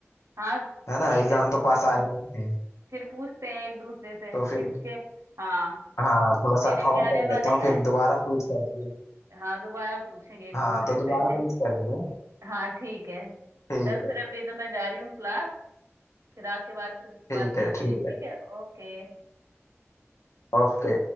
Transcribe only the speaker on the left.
है ना
एग्जाम
तो पास आया ही है
तो
फिर
हाँ थोड़ा
सा
और
पढ़
लेता हूँ फिर
दोबारा क्विज करेंगे
हाँ
तो दोबारा
क्विज करेंगे
ठीक
है
ठीक
है ठीक
है
ओके